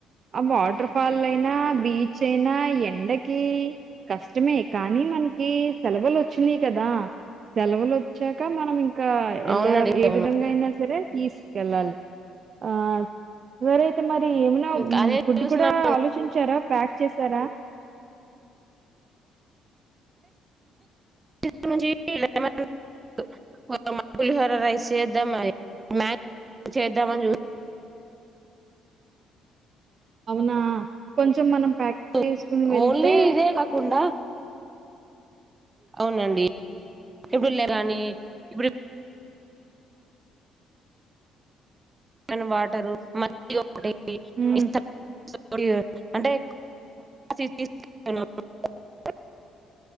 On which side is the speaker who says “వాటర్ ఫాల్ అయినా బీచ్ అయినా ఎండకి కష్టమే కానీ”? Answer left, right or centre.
Right